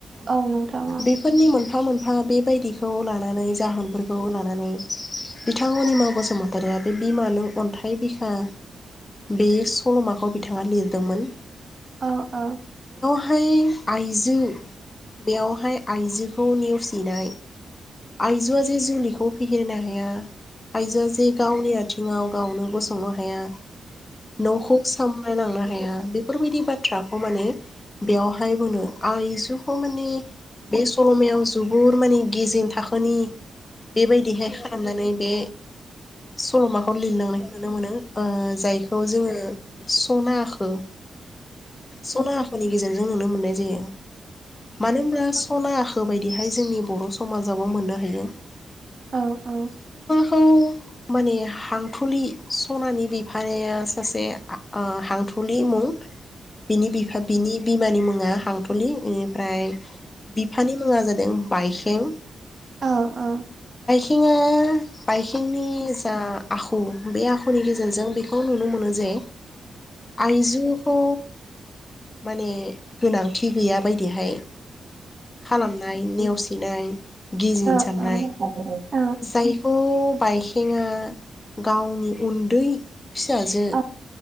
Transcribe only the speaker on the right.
औ नोंथांङा
ओ ओ
औ औ
औ औ
औ औ औ औ
औ